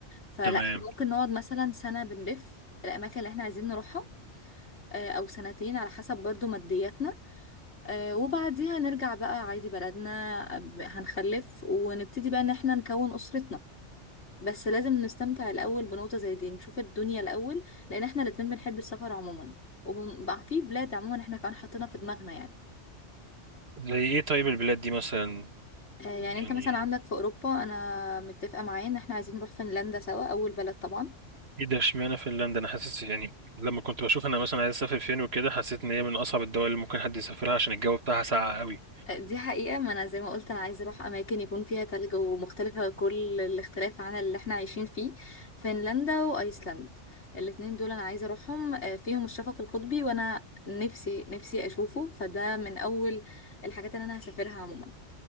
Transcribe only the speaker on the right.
تمام
زي إيه طيب البلاد دي مثلا
يعني
إيه ده اشمعنى فنلندا أنا حاسس يعني لما كنت بشوف أنا مثلا عايز أسافر فين وكده حسيت إن هي من أصعب الدول اللي ممكن حد يسافرها عشان الجو بتاعها ساقع قوي